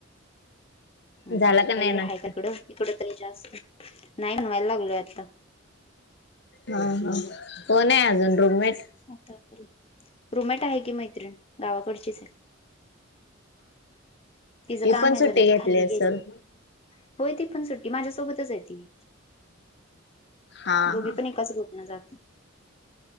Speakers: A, on the left; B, on the left.
A: झाला
B: ग
A: का नाही
B: वगैरे
A: नाश्ता
B: आहे तिकडं इकडं तरी जास्त नाही व्हायला लागलोय आता
A: हा हा कोण आहे. अजून रूममेट
B: आता रूम मेट आहे की मैत्रिण. गावाकडचीच आहे तिचं
A: ती
B: काम
A: पण
B: आहे
A: सुट्टी
B: जरा ती
A: घेतली
B: खाली
A: असेल.
B: गेली होय ती पण सुट्टी माझ्यासोबतचं आहे ती
A: हम्म
B: दोघी पण कशी रूट जात.